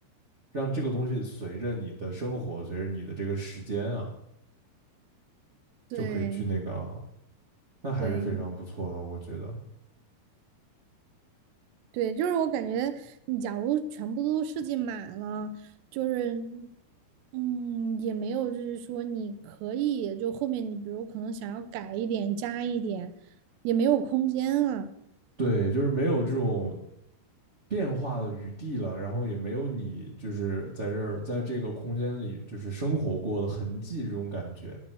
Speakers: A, on the right; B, on the right.
A: 让这个东西随着你的生活，随着你的这个时间啊，就可以去那个啊
B: 对
A: 那还是非常不错的，
B: 对
A: 我觉得。
B: 对，就是我感觉你假如全部都设计满了，就是嗯，也没有就是说你可以就后面你比如可能想要改一点加一点，也没有空间了。
A: 对，就是没有这种变化的余地了，然后也没有你就是在这儿在这个空间里就是生活过的痕迹这种感觉，